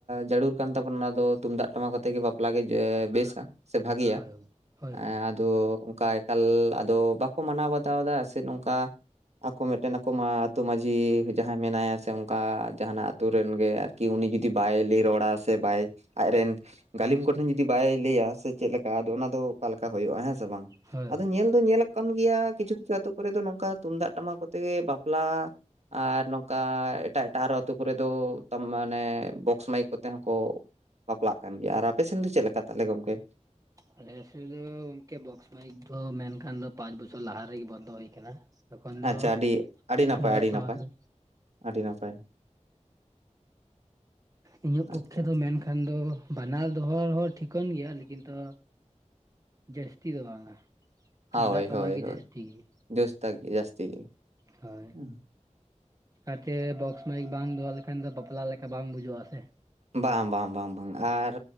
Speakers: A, on the right; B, on the right.
A: ᱡᱟᱹᱨᱩᱲ ᱠᱟᱱ ᱛᱟᱵᱚᱱᱟ ᱚᱱᱟ ᱫᱚ ᱛᱩᱢᱫᱟᱜ ᱴᱟᱢᱟᱠ ᱛᱮᱜ ᱜᱮ ᱵᱟᱯᱞᱟ ᱵᱟᱯᱞᱟᱜ ᱜᱮ ᱵᱮᱥᱟ ᱥᱮ ᱵᱷᱟᱜᱤᱭᱟ
B: ᱦᱳᱭ ᱦᱳᱭ
A: ᱟᱫᱚ ᱚᱱᱠᱟ ᱮᱠᱟᱞ ᱟᱫᱚ ᱵᱟᱠᱚ ᱢᱟᱱᱟᱣ ᱵᱟᱛᱟᱣ ᱮᱫᱟ ᱥᱮ ᱱᱚᱝᱠᱟ ᱟᱠᱚ ᱢᱤᱫᱴᱮᱱ ᱟᱠᱚ ᱢᱟ ᱟᱹᱛᱩᱳ ᱢᱟᱹᱡᱷᱤ ᱡᱟᱦᱟᱸᱭ ᱢᱮᱱᱟᱭᱟ ᱥᱮ ᱚᱱᱠᱟ ᱡᱟᱦᱟᱱᱟᱜ ᱟ ᱟᱹᱛᱩᱳ ᱨᱮᱱ ᱜᱮ ᱟᱨᱠᱤ ᱠᱤ ᱩᱱᱤ ᱡᱩᱫᱤ ᱵᱟᱭ ᱞᱟᱹᱭ ᱨᱚᱲᱟ ᱥᱮ ᱵᱟᱭ ᱟᱡᱨᱮᱱ ᱜᱟᱹᱞᱤᱢ ᱠᱚᱴᱷᱮᱱ ᱡᱩᱫᱤ ᱵᱟᱭ ᱞᱟᱹᱭᱟ ᱥᱮ ᱪᱮᱫᱞᱠᱟ ᱟᱫᱚ ᱚᱱᱟ ᱫᱚ ᱚᱠᱟ ᱞᱮᱠᱟ ᱦᱩᱭᱩᱜᱼᱟ ᱦᱮᱸ ᱥᱮ ᱵᱟᱝ
B: ᱦᱳᱭ
A: ᱟᱫᱚ
B: ᱦᱳᱭ
A: ᱧᱮᱞ ᱫᱚ ᱧᱮᱞᱚᱜ ᱠᱟᱱ ᱜᱮᱭᱟ ᱠᱤᱪᱷᱩ ᱠᱤᱪᱷᱩ ᱟ ᱟᱹᱛᱩᱳ ᱠᱚᱨᱮ ᱫᱚ ᱱᱚᱝᱠᱟ ᱛᱩᱢᱫᱟᱜ ᱴᱟᱢᱟᱠ ᱠᱚᱛᱮᱜ ᱜᱮ ᱵᱟᱯᱞᱟ ᱟᱨ ᱱᱚᱝᱠᱟ ᱮᱴᱟᱜ ᱮᱴᱟᱜ ᱟᱨᱦᱚᱸ ᱟᱹᱛᱳ ᱠᱚᱨᱮ ᱫᱚ ᱢᱟᱱᱮ ᱵᱚᱠᱥ ᱢᱟᱭᱤᱠ ᱠᱚᱛᱮ ᱦᱚᱸ ᱠᱚ ᱵᱟᱯᱞᱟᱜ ᱠᱟᱱ ᱜᱮᱭᱟ ᱟᱨ ᱜᱚᱝᱠᱮ
B: ᱟᱸᱻ ᱟᱞᱮ ᱥᱮᱫ ᱫᱚ ᱜᱚᱝᱠᱮ ᱵᱚᱠᱥ ᱢᱟᱭᱤᱠ ᱫᱚ ᱢᱮᱱᱠᱷᱟᱱ ᱫᱚ ᱯᱟᱸᱪ ᱵᱚᱪᱷᱚᱨ ᱞᱟᱦᱟ ᱨᱮᱜᱮ ᱵᱚᱱᱫᱚ ᱦᱩᱭ ᱟᱠᱟᱱᱟ ᱮᱠᱷᱚᱱ ᱫᱚ
A: ᱟᱪᱪᱷᱟ ᱟᱹᱰᱤ ᱟᱹᱰᱤ ᱱᱟᱯᱟᱭ
B: ᱛᱩᱢᱫᱟᱜ
A: ᱟᱹᱰᱤ
B: ᱴᱟᱢᱟᱠ
A: ᱱᱟᱯᱟᱭ
B: ᱜᱮ
A: ᱟᱹᱰᱤ ᱱᱟᱯᱟᱭ
B: ᱤᱧᱟᱹᱜ ᱯᱚᱠᱠᱷᱮ
A: ᱟᱪᱪᱷᱟ
B: ᱫᱚ
A: ᱟᱪᱪᱷᱟ
B: ᱢᱮᱱᱠᱷᱟᱱ ᱫᱚ ᱵᱟᱱᱟᱨ ᱫᱚᱦᱚ ᱦᱚᱸ ᱴᱷᱤᱠᱟᱹᱱ ᱜᱮᱭᱟ ᱞᱮᱠᱤᱱ ᱫᱚ ᱡᱟᱹᱥᱛᱤ ᱫᱚ ᱵᱟᱝᱟ ᱛᱩᱢᱫᱟᱜ
A: ᱦᱳᱭ
B: ᱴᱟᱢᱟᱠ
A: ᱦᱳᱭ
B: ᱜᱮ
A: ᱦᱳᱭ
B: ᱡᱟᱹᱥᱛᱤ ᱜᱮ
A: ᱡᱳᱥ ᱛᱟᱠ ᱡᱟᱹᱥᱛᱤ ᱜᱮ
B: ᱦᱳᱭ
A: ᱦᱮᱸ
B: ᱟᱛᱮ ᱵᱚᱠᱥ ᱢᱟᱭᱤᱠ ᱵᱟᱝ ᱫᱚᱦᱚ ᱞᱮᱠᱷᱟᱱ ᱫᱚ ᱵᱟᱯᱞᱟ ᱞᱮᱠᱟ ᱵᱟᱝ ᱵᱩᱡᱩᱜᱼᱟ ᱥᱮ
A: ᱵᱟᱝ ᱵᱟᱝ ᱵᱟᱝ ᱵᱟᱝ ᱟᱨ